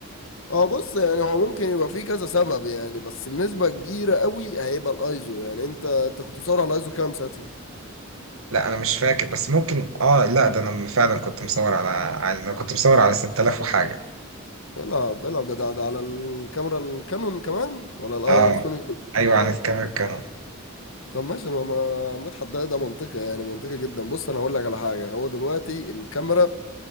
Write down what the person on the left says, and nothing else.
اه بص يعني هو ممكن يبقى فيه كذا سبب يعني بس بنسبه كبيره قوي هيبقى الايزو يعني انت انت كنت بتصور على الايزو كام ساعتها
العب العب ده ده, ده على الكاميرا الكانون كمان ولا
السوني
طب ماشي ما ما مدحت ده ده منطقي يعني منطقي جدا بص انا هقول لك على حاجه هو دلوقتي الكاميرا